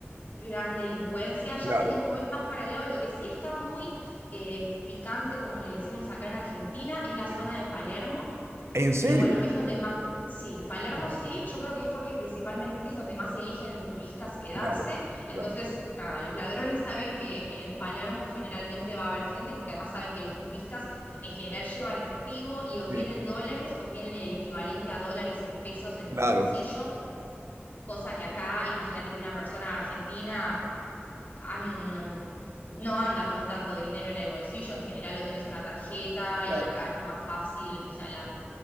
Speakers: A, on the left; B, on the right.
A: gran delincuencia. Ya
B: claro.
A: si te moves más para el lado, lo que sí está muy eh, picante, como le decimos acá en Argentina, es la zona
B: sí.
A: de Palermo
B: ¿En serio?
A: que bueno, es donde más, sí, Palermo
B: Ah, no.
A: sí, yo creo que es porque principalmente es donde más eligen los turistas quedarse,
B: Claro,
A: entonces
B: claro.
A: nada, los ladrones <laughs> saben que en Palermo generalmente va a haber gente, porque además saben que los turistas en general llevan efectivo y o
B: Sí,
A: tienen dólares o tienen el equivalente a dólares en pesos en
B: claro,
A: el bolsillo, cosa que acá, imagínate que una persona argentina... an- no no anda con tanto dinero en el bolsillo, en general o tenés una tarjeta
B: claro.
A: y acá es más fácil, o sea, la,